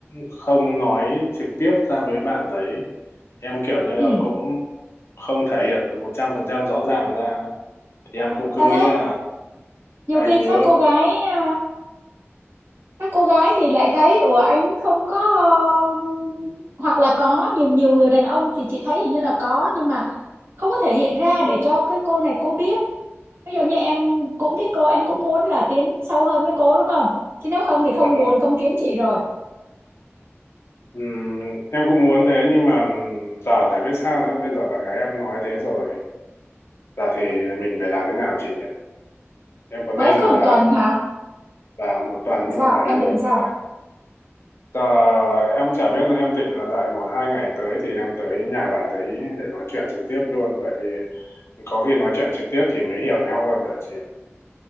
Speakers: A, on the left (about 60°); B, on the right (about 60°).
A: không nói trực tiếp ra với bạn đấy. Em kiểu như là
B: ừ
A: cũng không thể hiện 100% rõ ràng ra. Thì em cũng cứ
B: sao
A: nghĩ
B: thế
A: là
B: nhiều
A: hai
B: khi
A: đứa,
B: các cô gái à, các cô gái thì lại thấy ủa anh không có ờ, hoặc là có nhiều nhiều người đàn ông thì chị thấy hình như là có nhưng mà không có thể hiện ra để cho cái cô này cô biết ví dụ như em cũng thích cô em cũng muốn là tiến sâu hơn với cô đúng không chứ nếu không thì
A: dạ
B: không
A: vâng.
B: buồn không kiếm chị rồi
A: Ừm, em cũng muốn thế nhưng mà giờ chả biết sao nữa. Bây giờ bạn gái em nói thế rồi. Giờ thì mình phải làm thế nào chị nhỉ? Em có nên
B: mới còn
A: là
B: tuần hả
A: vào một tuần nhưng
B: sao
A: mà bà ấy
B: em
A: nói
B: định sao
A: chưa Ờ, em chả biết nữa em định là đợi một hai ngày tới thì em tới nhà bạn đấy để nói chuyện trực tiếp luôn bởi vì có khi nói chuyện trực tiếp thì mới hiểu nhau hơn được chị ạ